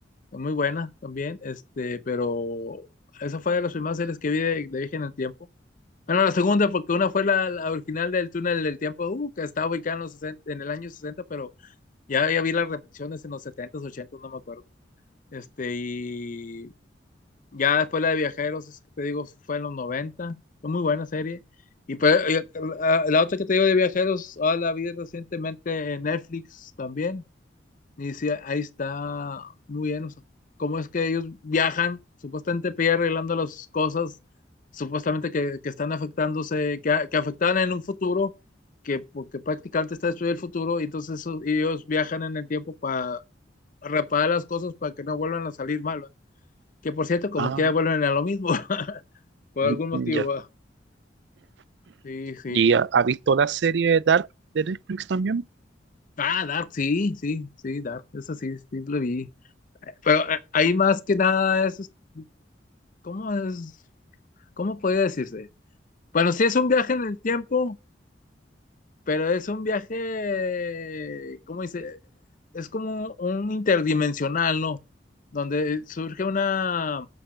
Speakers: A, on the left; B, on the right.
A: muy buena también, este, pero esa fue de las primeras series que vi de, de Viaje en el Tiempo. Bueno, la segunda, porque una fue la, la original del Túnel del Tiempo, uh, que estaba ubicada en, los 60 en el año sesenta pero ya, ya vi las repeticiones en los 70s, no me acuerdo. Este, y ya después la de Viajeros, eso que te digo, fue en los noventa fue muy buena serie. Y pues, eh, la la otra que te digo de Viajeros, ah, la vi recientemente en Netflix también, y sí, ahí está muy bien. O sea, cómo es que ellos viajan, supuestamente para ir arreglando las cosas, supuestamente que, que están afectándose, que, a- que afectaban en un futuro, que porque prácticamente está destruido el futuro, y entonces eso- ellos viajan en el tiempo para reparar las cosas para que no vuelvan a salir mal. ¿va? Que por cierto, como
B: Ah,
A: quiera vuelven a lo mismo, <laughs> por
B: <laughs>
A: algún motivo.
B: mm, ya.
A: ¿va? Sí, sí.
B: ¿Y ha, ha visto la serie Dark de Netflix también?
A: Ah, Dark, sí, sí, sí, Dark, eso sí, sí lo vi. Pero eh, ahí más que nada es, es- ¿cómo es? ¿Cómo podría decirse? Bueno, sí es un viaje en el tiempo, pero es un viaje, ¿cómo dice? Es como un interdimensional, ¿no? Donde surge una